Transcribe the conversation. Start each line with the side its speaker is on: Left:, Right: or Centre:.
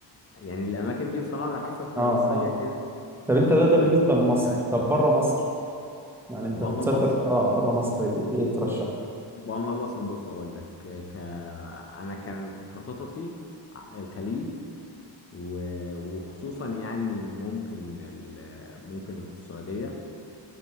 Left: يعني الاماكن دي بصراحة بحسها تراثية
Centre: اه اه
Left: كده
Centre: طب
Left: و-
Centre: انت ده ده بالنسبه
Left: وتعيش
Centre: لمصر
Left: بيها
Centre: طب بره مصر يعني انت
Left: بره
Centre: تسافر
Left: مصر
Centre: اه بره مصر ايه ترشح
Left: بره مصر بص اقول لك آه، ك... انا كان في خططي ع- الخليج و... وخصوصا يعني ممكن ال... ممكن السعودية